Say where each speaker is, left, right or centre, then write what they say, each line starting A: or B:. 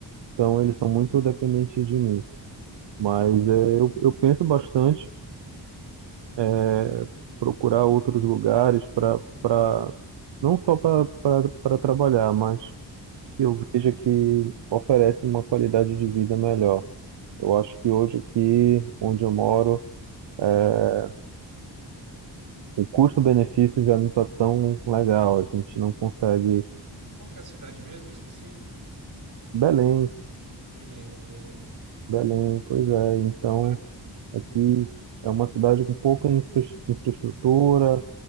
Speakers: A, on the right; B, on the right.
A: então eles são muito dependentes de mim. Mas é, eu, eu penso bastante é, procurar outros lugares para para não só para para trabalhar, mas que eu veja que oferece uma qualidade de vida melhor. Eu acho que hoje aqui onde eu moro é, o custo-benefício já não está tão legal. A gente não consegue
B: Qual que é a cidade mesmo? Eu Esqueci.
A: Belém
B: Belém, Belém.
A: Belém, pois é. Então,
B: Vale.
A: aqui é uma cidade com pouca infra- infraestrutura,